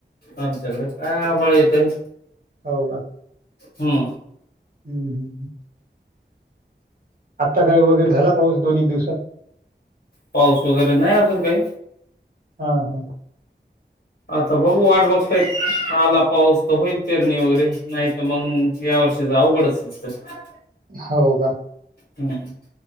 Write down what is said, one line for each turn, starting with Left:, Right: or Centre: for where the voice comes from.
Left: आमच्याकडे काय आभळ येतयं.
Right: हो का
Left: हम्म,
Right: हम्म हम. आता काय वगैरे झाला पाऊस दोन एक दिवसात.
Left: पाऊस वगैरे नाही अजून काही
Right: हा हा.
Left: आता बघू वाट बघतायेत आला पाऊस तर होईल पेरणी वगैरे नाही तर मग या वर्षच अवघडचं दिसतं.
Right: हो का?
Left: हम्